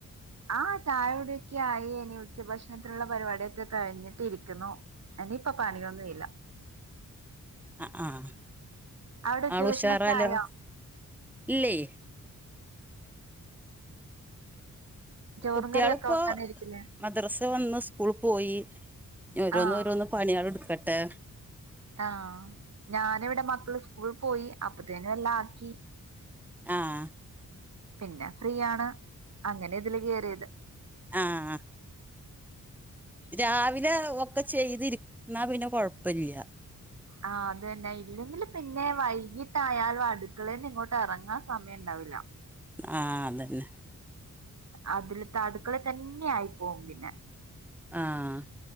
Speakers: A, on the right; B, in the centre.
A: ആഹ് ചായുടിയൊക്കായി ഇനി ഉച്ചഭക്ഷണത്തിന്ള്ള പരിപാട്യക്കെ കഴിഞ്ഞിട്ടിരിക്ക്ന്നു. എനിയിപ്പ പണിയൊന്നു ഇല്ല.
B: അആഹ്
A: അവിടെ ഉച്ചഭക്ഷണൊക്കെ
B: ആള് ഉഷാറാലോ
A: ആയോ
B: ഇല്ലേ
A: ചോറും
B: കുട്ട്യേള്പ്പോ
A: കറിയൊക്കെ വെക്കാനിരിക്കില്ലേ
B: മദ്രാസ് വന്ന് സ്കൂൾ പോയി ഇഞ്ഞ് ഓരോന്നോരോന്ന്
A: ആഹ്
B: പണ്യേള് ഇട്ക്കട്ടെ.
A: ആഹ് ഞാന് ഇവിടെ മക്കള് സ്കൂൾ പോയി അപ്പത്തേനു എല്ലാം ആക്കി.
B: ആഹ്
A: പിന്നെ ഫ്രീയാണ് അങ്ങനെ ഇതില് കേറിയത്.
B: ആഹ് രാവിലെ ഒക്കെ ചെയ്തിരി ന്നാ പിന്നെ കൊഴപ്പല്ല.
A: ആഹ് അത് തന്നെ ഇല്ലെങ്കില് പിന്നെ വൈകീട്ടായാലും അട്ക്കളെന്ന് ഇങ്ങോട്ട് എറങ്ങാൻ സമയണ്ടാവില്ല.
B: ആഹ് അതെന്നെ.
A: അതില്ത്ത അട്ക്കളെത്തന്നെ ആയി പോകും പിന്നെ.
B: ആഹ്